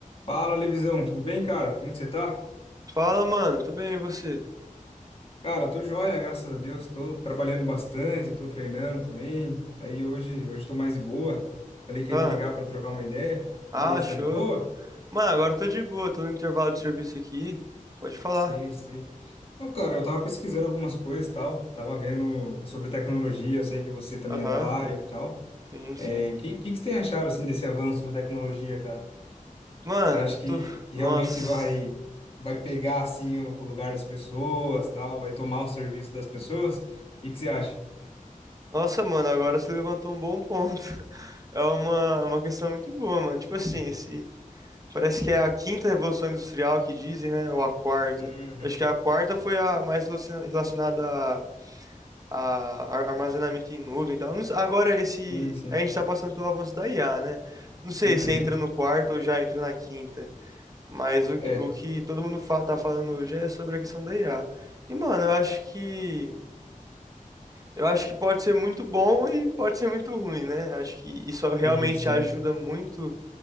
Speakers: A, on the left; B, on the right.
A: Fala, Levisão, tudo bem, cara? Como que você tá?
B: Fala, mano, tudo bem e você?
A: Cara, tô joia, graças a Deus. Tô trabalhando bastante, tô treinando também. Aí hoje, hoje tô mais de boa. Falei que
B: Ah,
A: ia te ligar pra trocar uma ideia.
B: ah,
A: E aí, você
B: show.
A: tá de boa?
B: Mano, agora eu tô de boa, tô no intervalo de serviço aqui. Pode falar.
A: Sei, sei. Então, cara, eu tava pesquisando algumas coisas e tal. Tava vendo sobre tecnologia, eu sei que você também
B: Aham,
A: é da área e tal.
B: sim,
A: É,
B: sim.
A: que, que que você tem achado, assim, desse avanço da tecnologia, cara?
B: Mano,
A: Você acha
B: eu tô.
A: que, que
B: Nossa.
A: realmente vai vai pegar assim o, o lugar das pessoas, tal, vai tomar o serviço das pessoas? O que que você acha?
B: Nossa, mano, agora você levantou um bom ponto. <laughs> É uma, uma questão muito boa, mano. Tipo assim, esse... parece que é a quinta revolução industrial que dizem, né? Ou a quarta.
A: Uhum.
B: Acho que a quarta foi a mais relaciona- relacionada a- a- armazenamento em nuvem e tal. Não sei- Agora, esse,
A: Sim, sim.
B: a gente está passando pelo avanço da IA, né? Não sei
A: Uhum.
B: se entra no quarto ou já entra na quinta, mas o,
A: É,
B: que- o que todo mundo fa tá falando hoje é sobre a questão da IA. E, mano, eu acho que eu acho que pode ser muito bom e pode ser muito ruim, né? Acho que isso realmente
A: sim, sim.
B: ajuda muito